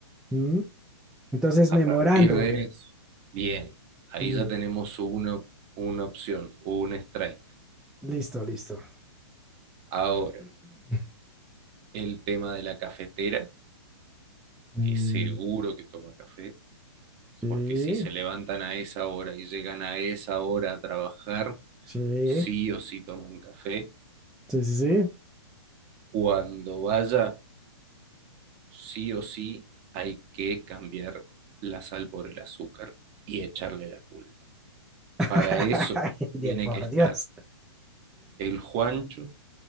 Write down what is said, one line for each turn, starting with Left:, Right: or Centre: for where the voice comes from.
Centre: Mm. Entonces,
Right: A
Centre: memorando.
Right: partir de eso, bien. Ahí
Centre: Mm.
Right: ya tenemos una, una opción, un strike.
Centre: Listo, listo.
Right: Ahora,
Centre: <laughs>
Right: el tema de la cafetera,
Centre: Mm,
Right: que seguro que toma café,
Centre: Sí,
Right: porque si se levantan a esa hora y llegan a esa hora a trabajar,
Centre: sí,
Right: sí o sí toman café.
Centre: sí, sí, sí.
Right: Cuando vaya, sí o sí hay que cambiar la sal por el azúcar y echarle la culpa.
Centre: <laughs>
Right: Para eso
Centre: Ay, de
Right: tiene
Centre: por
Right: que estar
Centre: Dios.
Right: el Juancho